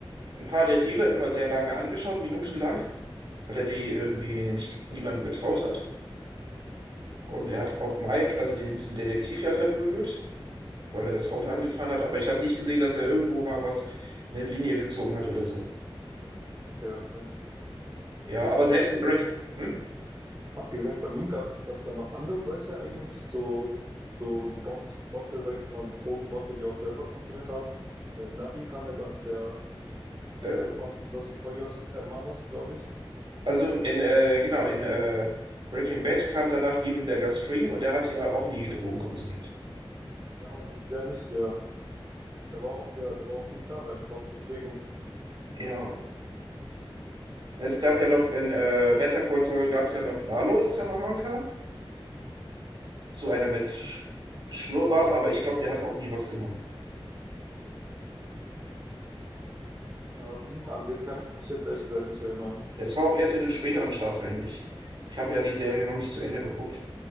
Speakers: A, on the right; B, on the right.
A: ein paar der Dealer immer sehr lange angeschaut, minutenlang, weil er die irgendwie nicht niemandem getraut hat. Und er hat auch Mike, also den, diesen Detektiv ja verprügelt, weil er das Auto angefahren hat. Aber ich habe nicht gesehen, dass er irgendwo mal was, eine Linie gezogen hat oder so.
B: Okay, okay.
A: Ja, aber selbst
B: Abgesehen
A: in Breaking, hm?
B: Abgesehen von ihm gab es gab es da noch andere solche eigentlich, so, so Boss, Bosse, sag ich jetzt mal, so Drogenbosse, die auch selber konsumiert haben. Weil Nach ihm kam ja dann der,
A: Äh,
B: der von Los Pollos Hermanos, glaube ich.
A: also in, äh, genau, in äh, Breaking Bad kam danach eben der Gus Fring und der hat ja auch nie Drogen konsumiert.
B: Ja auch nicht, der nicht, ja. Der war auch, ja, der war auch viel klarer im Kopf. Deswegen,
A: Ja. Es gab ja noch in äh, Better Call Saul gab es ja noch Lalo Salamanca. So einer mit Sch- Schnurrbart, aber ich glaube, der hat auch nie was genommen.
B: ähm, an den kann ich mich jetzt ehrlich gesagt nicht erinnern.
A: Es war auch erst in den späteren Staffeln. Ich, ich habe ja die Serie noch nicht zu Ende geguckt.